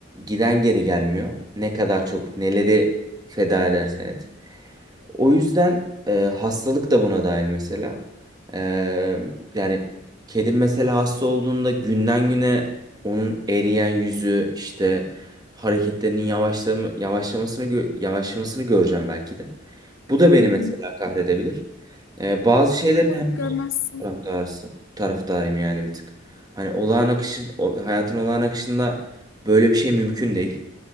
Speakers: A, on the right; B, on the left.
A: Giden geri gelmiyor. Ne kadar çok neleri feda edersen et. O yüzden e, hastalık da buna dahil mesela. E, yani kedim mesela hasta olduğunda günden güne onun eriyen yüzü işte hareketlerinin yavaşlama, yavaşlamasını gö- yavaşlamasını göreceğim belki de. Bu da beni
B: Hı hı.
A: mesela kahredebilir. E, bazı şeylerin
B: Umarım
A: hem
B: görmezsin.
A: taraftarısı, taraftarıyım yani bir tık. Hani olağan akışı, o- hayatın olağan akışında böyle bir şey mümkün değil.